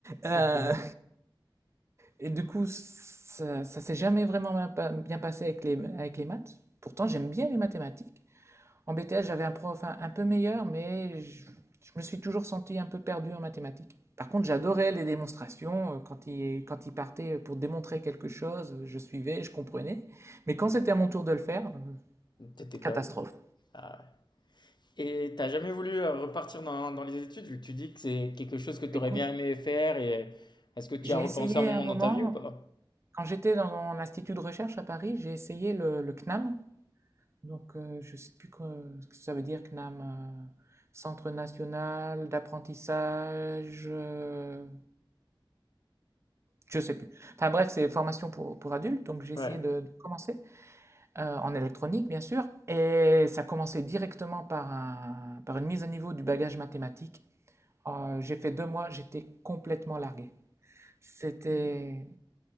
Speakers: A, on the right; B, on the left.
A: Euh,
B: OK.
A: et du coup, ça, ça s'est jamais vraiment bien pa- bien passé avec les, avec les maths. Pourtant, j'aime bien les mathématiques. En BTS, j'avais un prof un, un peu meilleur, mais je, je me suis toujours senti un peu perdu en mathématiques. Par contre, j'adorais les démonstrations. euh, Quand il, quand il partait pour démontrer quelque chose, euh, je suivais, je comprenais. Mais quand c'était à mon tour de le faire, euh,
B: T'étais perdu.
A: catastrophe.
B: Ah ouais. Et t'as jamais voulu euh, repartir dans, dans les études, vu que tu dis que c'est quelque chose que t'aurais
A: Écoute,
B: bien aimé faire, et est-ce que tu
A: j'ai
B: y as repensé
A: essayé
B: un moment
A: un moment,
B: dans ta vie ou pas?
A: Quand j'étais dans mon institut de recherche à Paris, j'ai essayé le, le CNAM. Donc, euh, je ne sais plus que- ce que ça veut dire, CNAM. euh, Centre national d'apprentissage. euh, je ne sais plus. Enfin bref, c'est formation pour, pour adultes. Donc, j'ai essayé
B: Ouais,
A: de, de commencer euh, en électronique, bien sûr. Et ça commençait directement par, un- par une mise à niveau du bagage mathématique. Euh, j'ai fait deux mois, j'étais complètement largué. C'était,